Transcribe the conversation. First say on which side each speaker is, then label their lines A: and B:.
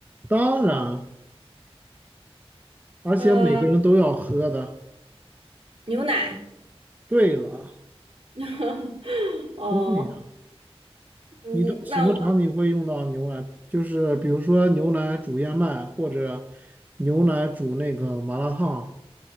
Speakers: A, on the right; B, on the right.
A: 当然，而且每个人都要喝的。
B: 呃，牛奶，
A: 对了，
B: <laughs> 哦，
A: 聪明啊。
B: 嗯，
A: 你知道什么场景会用到牛奶？
B: 那我
A: 就是比如说牛奶煮燕麦，或者牛奶煮那个麻辣烫，